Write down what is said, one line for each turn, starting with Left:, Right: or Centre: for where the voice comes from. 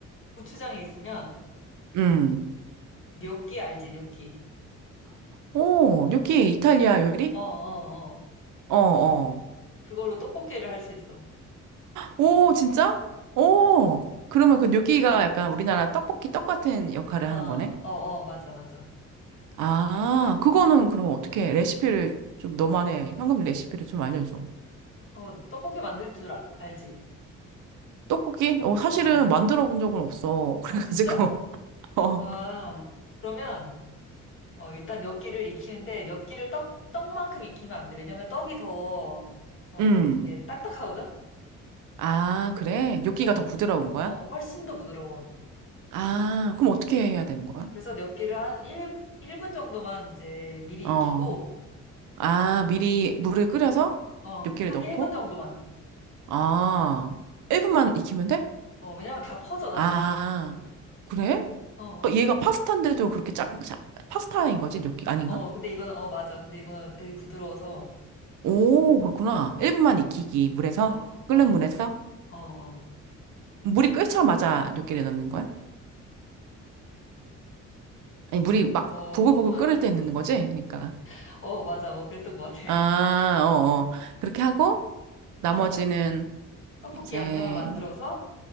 Left: 고추장이 있으면
Right: 음,
Left: 뇨끼 알지, 뇨 끼.
Right: 오, 뇨끼 이탈리아 요리?
Left: 어, 어, 어.
Right: 어, 어.
Left: 그걸로 떡볶이를 할 수 있어.
Right: 오, 진짜? 오, 그러면 그 gnocchi가 약간 우리나라 떡볶이 떡 같은 역할을
Left: 어,
Right: 하는
Left: 어,
Right: 거네?
Left: 어, 맞아, 맞아.
Right: 아, 그거는 그러면 어떻게 레시피를 좀 너만의 현금 레시피를 좀 알려줘.
Left: 어, 떡볶이 만들 줄 아- 알지?
Right: 떡볶이? 어, 사실은
Left: 어.
Right: 만들어 본 적은 없어. <laughs> 그래가지고,
Left: 아, 진짜?
Right: 어,
Left: 아, 그러면 어, 일단 엿기를 익히는데 엿기를 떡, 떡만큼 익히면 안 돼. 왜냐면 떡이 더, 어,
Right: 음.
Left: 이렇게 딱딱하거든?
Right: 아, 그래? gnocchi가
Left: 어,
Right: 더 부드러운 거야?
Left: 어, 훨씬 더 부드러워.
Right: 아, 그럼 어떻게 해야 되는 거야?
Left: 그래서 엿기를 한 1, 일분 정도만 이제 미리
Right: 어,
Left: 익히고,
Right: 아, 미리 물을 끓여서
Left: 어,
Right: gnocchi를
Left: 한
Right: 넣고?
Left: 1분 정도만.
Right: 아, 1분만 익히면 돼?
Left: 어, 왜냐면 다 퍼져, 나중에.
Right: 아, 그래?
Left: 어,
Right: 어, 얘가 파스타인데도 그렇게 짜, 짜- 파스타인 거지? 느낌 아닌가?
Left: 어, 근데 이거는, 어, 맞아. 근데 이거는 되게 부드러워서,
Right: 오, 그렇구나. 1분만 익히기, 물에서?
Left: 어,
Right: 끓는
Left: 어,
Right: 물에서?
Left: 어, 어,
Right: 물이 끓자마자 뇨끼를 넣는 거야? 아니, 물이 막
Left: 어,
Right: 보글보글 끓을 때 넣는 거지? 그러니까.
Left: <laughs> 어, 맞아. 어, 그랬던 것 같아.
Right: 아, 어, 어. 그렇게 하고, 나머지는
Left: <laughs> 떡볶이
Right: 이제,
Left: 양념을 만들어서